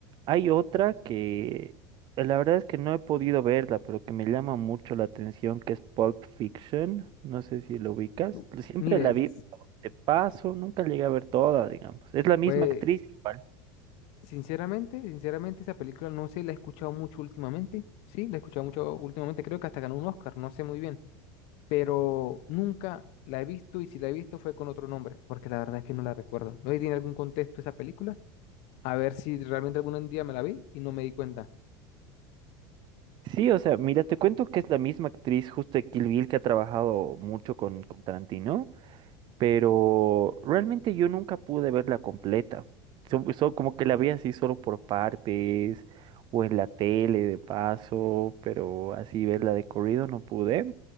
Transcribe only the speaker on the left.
U-
Mire,
s-
pues
sinceramente, sinceramente esa película no sé, la he escuchado mucho últimamente. Sí, la he escuchado mucho últimamente. Creo que hasta ganó un Oscar, no sé muy bien. pero nunca la he visto y si la he visto fue con otro nombre, porque la verdad es que no la recuerdo. No sé si tiene algún contexto esa película, a ver si realmente algún día me la vi y no me di cuenta.